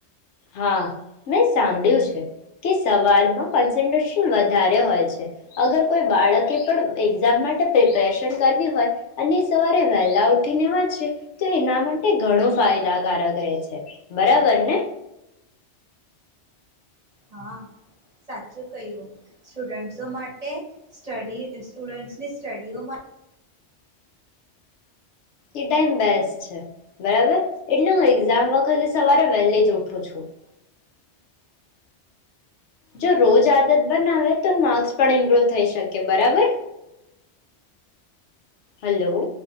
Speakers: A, on the left; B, on the right.
A: હા મેં સાંભળ્યું છે કે સવારમાં કોન્સન્ટ્રેશન વધારે હોય છે અગર કોઈ બાળકે પણ એક્ઝામ માટે પ્રિપરેશન કરવી હોય અને સવારે વહેલા ઉઠીને વા છે તો એના માટે ઘણું ફાયદાકારક રહે છે બરાબર ને.
B: હા, સાચું કહ્યું સ્ટુડન્ટ્સ માટે સ્ટડી સ્ટુડન્ટ્સની સ્ટડીઓમાં
A: એ ટાઈમ બેસ્ટ છે. બરાબર એટલે હું એક્ઝામ વખતે સવારે વહેલે જ ઉઠું છું. જો રોજ આદત બનાવે તો માર્ક્સ પણ ઇમ્પ્રુવ થઈ શકે બરાબર? હલો.